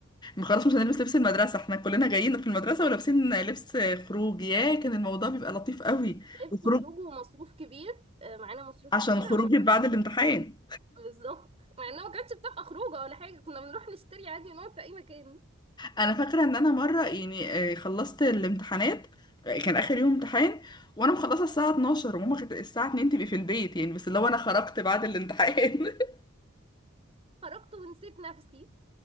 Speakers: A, on the left; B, on the right.
A: خلاص مش هنلبس لبس المدرسة احنا كلنا جايين في المدرسة ولابسين لبس خروج يا كان الموضوع بيبقى لطيف قوي
B: لبس
A: وخروج
B: خروجه ومصروف كبير آه، معانا مصروف
A: عشان
B: كبير
A: خروج
B: عشان
A: بعد
B: نخرج
A: الامتحان
B: بالظبط مع انها ما كانتش بتبقى خروجه ولا حاجه كنا بنروح نشتري عادي ونقعد في اي مكان
A: انا فاكره ان انا مره يعني آه، خلصت الامتحانات آه، كان اخر يوم امتحان وانا مخلصه الساعه 12 وماما كانت الساعه 2 تبقي في البيت يعني بس اللي هو انا خرجت بعد الامتحان <laughs>
B: خرجت ونسيت نفسي